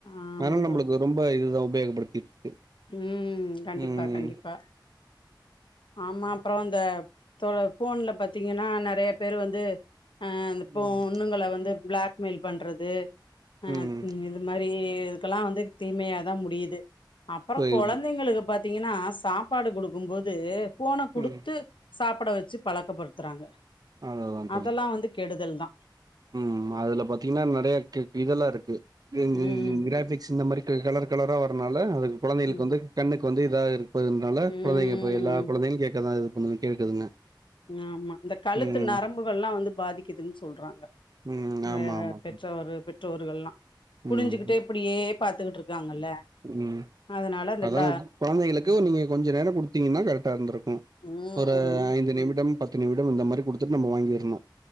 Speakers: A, on the left; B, on the right.
A: ஆமா
B: அதனால நம்புளுக்கு ரொம் ப இதுதா உபயோகப்படுத்திட்டு இருக்கு
A: உம் கண்டிப்பா
B: ம்
A: கண்டிப்பா ஆமா அப்புறோ அந்த தொ ஃபோன்ல பாத்தீங்கன்னா நறைய பேரு வந்து அ இந்த பொண்ணுங்கல
B: ம்
A: வந்து பிளாக்மெயில் பண்றது அ
B: ம்
A: இந்த மாரி இதுக்கெல்லா வந்து தீமையாதா முடியுது அப்புறோ
B: போய்
A: கொழந்தைங்களுக்கு பாத்தீங்கன்னா சாப்பாடு குடுக்கும்போது ஃபோன குடுத்து
B: ம்
A: சாப்புட வெச்சு பழக்கப்படுத்துறாங்க
B: அவ்ளோதா தோழி
A: அதெல்லா வந்து கெடுதல் தா
B: ம் அதுல பாத்தீங்கன்னா நறைய கெ இதெல்லா இருக்கு கிங் கிங்
A: ம்
B: கிராபிக்ஸ் இந்த மாரி கலர் கலரா வரனால அதுக்கு கொழந்தைகளுக்கு
A: ம்
B: வந்து கண்ணுக்கு வந்து இதாக இருப்பதுனால
A: ம்
B: கொழந்தைங்க இப்ப எல்லா கொழந்தையு கேட்கதா இது பண்ணு கேக்குதுங்க
A: ஆமா இந்த கழுத்து
B: ம்
A: நரம்புகள்லா வந்து பாதிக்குதுன்னு சொல்றாங்க
B: ம்
A: நறய
B: ஆமா ஆமா
A: பெற்றவரு பெற் றோர்கள்லா குனிஞ்சுகிட்டே
B: ம்
A: இப்புடியே பாத்துக்கிட்டு இருக்காங்கல்ல
B: ம்
A: அதனால அந்த
B: அதா
A: க
B: கொழந்தைகளுக்கு டே நீங்க கொஞ்ச நேரோ கொடுத்தீங்கன்னா கரெக்டா இருந்திருக்கு
A: ம்
B: ஒரு ஐந்து நிமிடம் பத்து நிமிடம் இந்த மாரி குடுத்துட்டு நம்ம வாங்கிடணோ